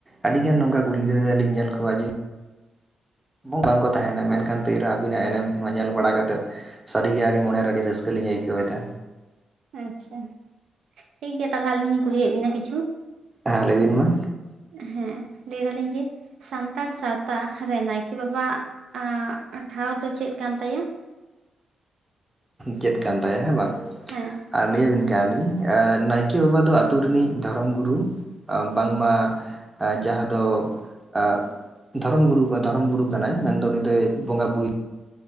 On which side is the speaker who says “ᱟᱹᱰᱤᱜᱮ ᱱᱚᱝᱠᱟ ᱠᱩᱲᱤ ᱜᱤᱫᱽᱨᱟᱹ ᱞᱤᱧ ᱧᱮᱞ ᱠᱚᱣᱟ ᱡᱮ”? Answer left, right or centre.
Right